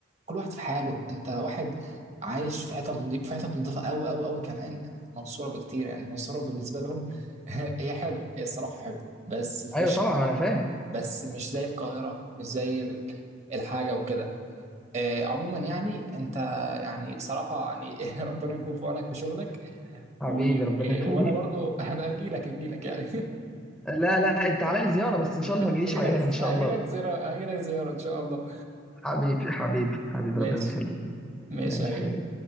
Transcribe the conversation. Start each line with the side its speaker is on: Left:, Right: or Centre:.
Right: كل واحد في حاله أنت واحد عايش في حتة نظيفة في حتة نظيفة أوي أوي أوي كمان عن المنصورة بكتير يعني المنصورة بالنسبة لهم <laughs> هي حلوة هي الصراحة حلوة بس فيش
Centre: ايوه طبعا ما انا فاهم
Right: بس مش زي القاهرة مش زي ال- الحاجة وكده آه، عموما يعني انت يعني صراحة يعني <laughs> ربنا يكون في عونك في شغلك
Centre: حبيبي
Right: و...
Centre: ربنا يخليك
Right: وانا برضو <laughs> هبقى اجي لك اجي لك يعني
Centre: لا لا تعالى لي زياره بس ان شاء
Right: <laughs>
Centre: الله ما تجيليش
Right: اجي
Centre: عيان
Right: لك
Centre: ان شاء
Right: اجي
Centre: الله
Right: لك زيارة اجي لك زيارة ان شاء الله
Centre: حبيبي حبيبي حبيبي
Right: ماشي
Centre: ربنا يخليك
Right: ماشي
Centre: ماشي
Right: يا غالي
Centre: حبيبي